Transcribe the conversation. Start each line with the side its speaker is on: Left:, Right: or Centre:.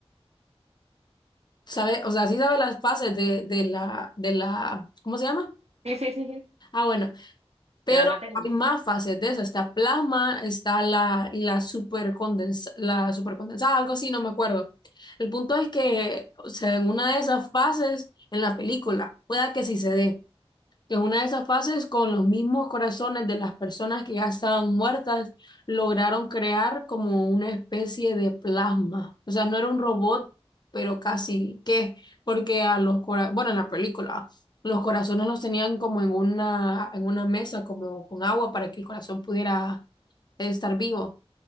Left: Sabe, o sea, sí sabe las fases de, de la, de la, ¿cómo se llama?
Right: Sí, sí, sí, sí,
Left: Ah, bueno, pero
Right: de la materia.
Left: hay más fases de eso. Está plasma, está la, la supercondensa, la supercondensada, algo así, no me acuerdo. El punto es que, o sea, en una de esas fases en la película, pueda que sí se dé. En una de esas fases, con los mismos corazones de las personas que ya estaban muertas, lograron crear como una especie de plasma. O sea, no era un robot, pero casi que, porque a los corazones, bueno, en la película, los corazones los tenían como en una, en una mesa, como con agua para que el corazón pudiera estar vivo.